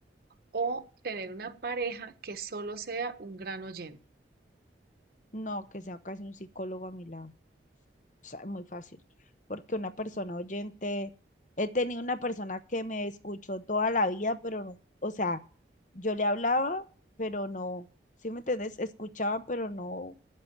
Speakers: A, on the right (about 55°); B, on the left (about 45°).
A: ¿O tener una pareja que solo sea un gran oyente?
B: No, que sea casi un psicólogo a mi lado. O sea, es muy fácil, porque una persona oyente, he tenido una persona que me escuchó toda la vida, pero no, o sea, yo le hablaba, pero no, ¿sí me entendés? Escuchaba, pero no